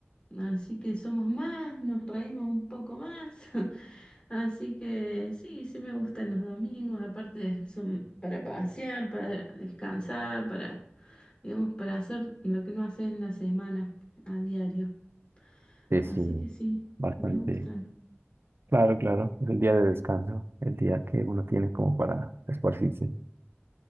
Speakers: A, on the left (about 25°); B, on the right (about 55°).
A: así que somos más, nos reímos un poco más. <laughs> Así que sí, sí me gustan los domingos, aparte son para pasear, para descansar, para, digamos, para hacer lo que no haces en la semana a diario.
B: sí,
A: Así
B: sí,
A: que sí,
B: bastante.
A: me gustan.
B: Claro, claro, es el día de descanso, el día que uno tiene como para esparcirse.